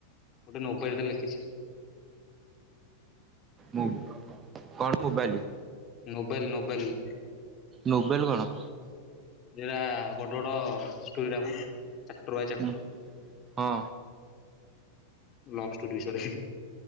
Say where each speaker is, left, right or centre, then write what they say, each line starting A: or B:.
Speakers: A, on the left; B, on the right.
A: ଗୋଟେ ନୋବେଲ ଟେ ଲେଖିଛି।
B: ମୁଁ କଣ ମୋବାଇଲ୍?
A: Novel novel.
B: ନୋବେଲ କଣ?
A: ସେଗୁରା ବଡ ବଡ ଷ୍ଟୋରିୟମ ଚାପଟର୍ ବାଇ ଚାପଟର୍।
B: ହୁଁ ହଁ।
A: ଲଭଷ୍ଟୋରୀ ବିଷୟରେ